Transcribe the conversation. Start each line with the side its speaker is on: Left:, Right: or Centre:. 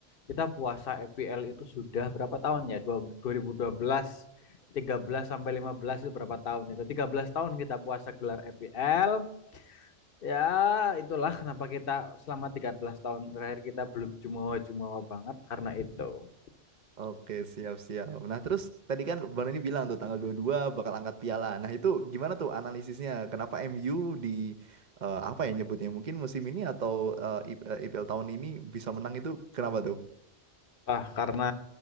Left: kita puasa EPL itu sudah berapa tahun ya? Dua- 2012, 13 sampai 15 itu berapa tahun itu? 13 tahun kita puasa gelar EPL. Ya, itulah kenapa kita selama 13 tahun terakhir kita belum jumawa-jumawa banget karena itu.
Right: Oke, siap-siap. Nah, terus tadi kan Bang ini bilang tuh tanggal 22 bakal angkat piala. Nah, itu gimana tuh analisisnya? Kenapa MU di eh, apa ya nyebutnya? Mungkin musim ini atau eh, I- eh, IPL tahun ini bisa menang itu kenapa tuh?
Left: Ah, karena